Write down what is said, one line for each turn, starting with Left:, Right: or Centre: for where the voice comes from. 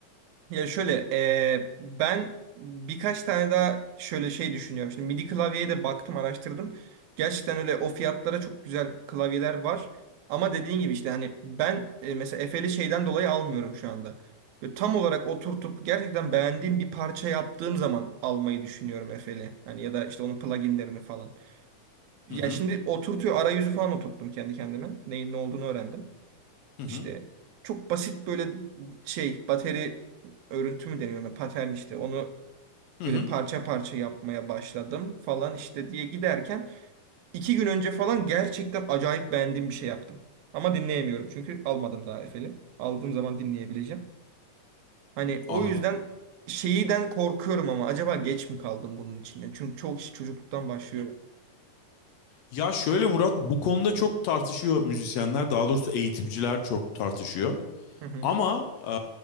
Right: Ya şöyle e, ben birkaç tane daha şöyle şey düşünüyorum. Şimdi MIDI klavyeye de baktım araştırdım. Gerçekten öyle o fiyatlara çok güzel klavyeler var. Ama dediğin gibi işte hani ben e, mesela Efe'li şeyden dolayı almıyorum şu anda. Böyle tam olarak oturtup gerçekten beğendiğim bir parça yaptığım zaman almayı düşünüyorum Efe'li. Hani ya da işte onun pluginlerini falan. Ya
Left: Hı hı
Right: şimdi oturtuyor arayüzü falan oturttum kendi kendime. Neyin ne olduğunu öğrendim.
Left: hı
Right: İşte
Left: hı
Right: çok basit böyle şey bateri örüntü mü deniyor ona patern işte onu
Left: hı
Right: böyle
Left: hı
Right: parça parça yapmaya başladım falan işte diye giderken iki gün önce falan gerçekten acayip beğendiğim bir şey yaptım. Ama dinleyemiyorum çünkü almadım daha Efe'li. Aldığım zaman dinleyebileceğim. Hani o
Left: anladım.
Right: yüzden şeyden korkuyorum ama acaba geç mi kaldım bunun içinde? Çünkü çok iş çocukluktan başlıyor.
Left: Ya şöyle Murat bu konuda çok tartışıyor müzisyenler daha doğrusu eğitimciler çok tartışıyor.
Right: Hı hı.
Left: Ama e,